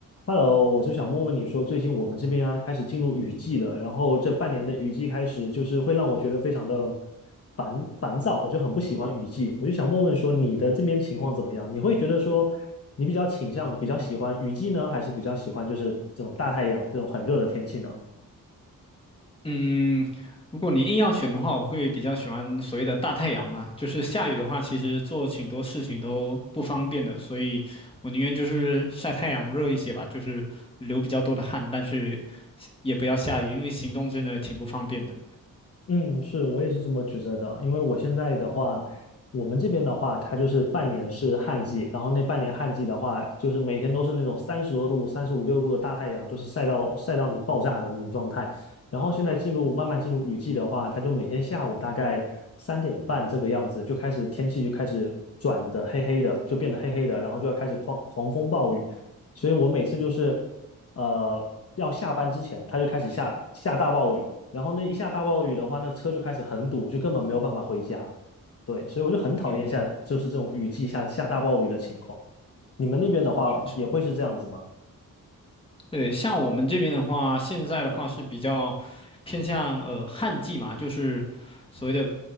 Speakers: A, on the left (about 45°); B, on the left (about 15°).
A: Hello，我就想问问你说，最近我们这边啊开始进入雨季了，然后这半年的雨季开始，就是会让我觉得非常的烦烦躁，我就很不喜欢雨季。我就想问问说，你的这边情况怎么样？你会觉得说，你比较倾向比较喜欢雨季呢，还是比较喜欢就是这种大太阳这种很热的天气呢？
B: 嗯，如果你硬要选的话，我会比较喜欢所谓的大太阳嘛。就是下雨的话，其实做挺多事情都不方便的，所以我宁愿就是晒太阳热一些吧，就是流比较多的汗，但是也不要下雨，因为行动真的挺不方便的。
A: 嗯，是，我也是这么觉得的。因为我现在的话，我们这边的话，它就是半年是旱季，然后那半年旱季的话，就是每天都是那种三十多度、三十五六度的大太阳，就是晒到晒到你爆炸的那种状态。然后现在进入慢慢进入雨季的话，它就每天下午大概三点半这个样子就开始天气就开始转的黑黑的，就变得黑黑的，然后就要开始狂狂风暴雨。所以我每次就是呃，要下班之前，它就开始下下大暴雨，然后那一下大暴雨的话，那车就开始很堵，就根本没有办法回家。对，所以我就很讨厌下就是这种雨季下下大暴雨的情况。
B: 嗯，
A: 你们那边的话也会是这样子吗？
B: 确实，对，像我们这边的话，现在的话是比较偏向呃旱季嘛，就是所谓的，